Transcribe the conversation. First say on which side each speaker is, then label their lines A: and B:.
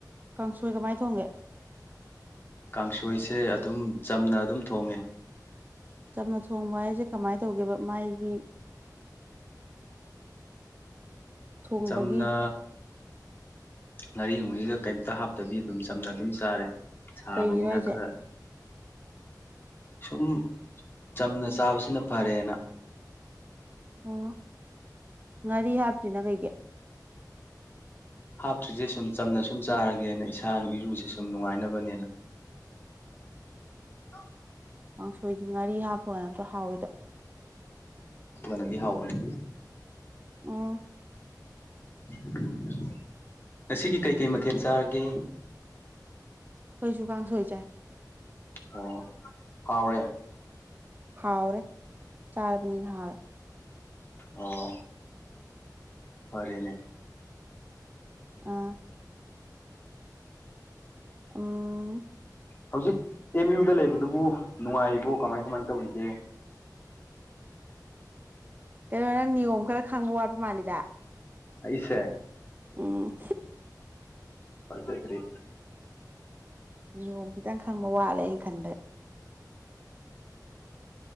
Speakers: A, on the right; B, on the left.
A: ꯀꯥꯡꯁꯣꯏ ꯀꯃꯥꯏꯅ ꯊꯣꯡꯒꯦ
B: ꯀꯥꯡꯁꯣꯏꯁꯦ ꯑꯗꯨꯝ ꯆꯝꯅ ꯑꯗꯨꯝ ꯊꯣꯡꯉꯦ
A: ꯆꯝꯅ ꯊꯣꯡꯕ ꯍꯥꯏꯁꯦ ꯀꯃꯥꯏꯅ ꯇꯧꯒꯦꯕ ꯃꯥꯏꯒꯤ ꯊꯣꯡꯕꯒꯤ
B: ꯆꯝꯅ ꯉꯥꯔꯤꯃꯨꯅꯤꯒ ꯀꯩꯝꯇ ꯍꯥꯞꯇꯕꯤ ꯑꯗꯨꯝ ꯆꯝꯅ ꯑꯗꯨꯝ ꯆꯥꯔꯦ ꯁꯥꯕꯅꯤꯅ
A: ꯀꯩꯒꯤꯅꯣ ꯍꯥꯏꯁꯦ
B: ꯈꯔ ꯎꯝ ꯁꯨꯝ ꯆꯝꯅ ꯆꯥꯕꯁꯤꯅ ꯐꯔꯦꯅ
A: ꯑꯣ ꯉꯥꯔꯤ ꯍꯥꯞꯇ꯭ꯔꯤꯅ ꯀꯩꯒꯤꯦ
B: ꯍꯥꯞꯇ꯭ꯔꯤꯁꯦ ꯁꯨꯝ ꯆꯝꯅ ꯁꯨꯝ ꯆꯥꯔꯒꯦꯅ ꯏꯁꯥꯅ ꯏꯔꯨꯁꯦ ꯁꯨꯝ ꯅꯨꯡꯉꯥꯏꯅꯕꯅꯦꯅ ꯑ
A: ꯀꯥꯡꯁꯣꯏꯗꯤ ꯉꯥꯔꯤ ꯍꯥꯞꯄ ꯅꯠꯇ꯭ꯔꯣ ꯍꯥꯎꯋꯏꯗ
B: ꯅꯗꯤ ꯍꯥꯎꯕꯅꯤ
A: ꯑ
B: <inaudible> ꯉꯁꯤꯒꯤ ꯀꯩꯀꯩ ꯃꯊꯦꯜ ꯆꯥꯔꯒꯦ
A: ꯑꯩꯈꯣꯏꯁꯨ ꯀꯥꯡ ꯁꯣꯏ ꯆꯥꯏ
B: ꯑꯣ ꯍꯥꯎꯔꯦ
A: ꯍꯥꯎꯔꯦ ꯆꯥꯔꯕꯅꯤꯅ ꯍꯥꯎꯔꯦ
B: ꯑꯣ ꯐꯔꯦꯅꯦ
A: ꯑ ꯎ
B: ꯍꯧꯖꯤꯛ ꯑꯦꯝ ꯌꯨꯗ ꯂꯩꯕꯗꯨꯕꯨ ꯅꯨꯡꯉꯥꯏꯔꯤꯕꯣ ꯀꯃꯥꯏ ꯀꯃꯥꯏꯅ ꯇꯧꯔꯤꯒꯦ
A: ꯀꯩꯅꯣ ꯅꯪ ꯅꯤꯌꯣꯝ ꯈꯔ ꯈꯪꯕ ꯋꯥꯠꯄ ꯃꯥꯜꯂꯤꯗ
B: ꯏꯁꯦ
A: ꯎꯝ
B: ꯍ ꯆꯩ ꯊꯔꯤ
A: ꯅꯤꯌꯣꯝ ꯈꯤꯇꯪ ꯈꯪꯕ ꯋꯥꯠꯂꯦ ꯑꯩꯅ ꯈꯟꯕꯗ